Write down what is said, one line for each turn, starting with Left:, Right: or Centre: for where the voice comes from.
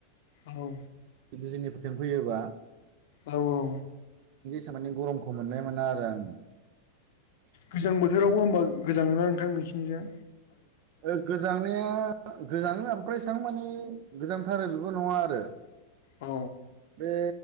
Left: औ
Right: बिजिनि फोरथिं फैयोबा।
Left: औ औ।
Right: माने गरमखौ मोननाय मोना आरो आं।
Left: गोजां बोथोरावबो होमबा गोजाङो ना नोंथां नोंखिनिजाय?
Right: ओ गोजांनाया गोजाङो। एसां माने गोजांथारो बेबो नङा आरो
Left: औ
Right: बे